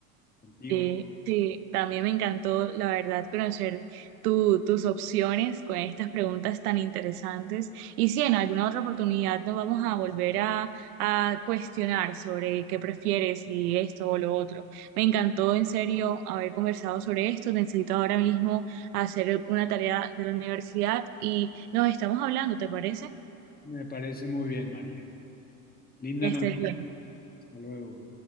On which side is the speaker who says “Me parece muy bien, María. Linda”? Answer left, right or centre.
Left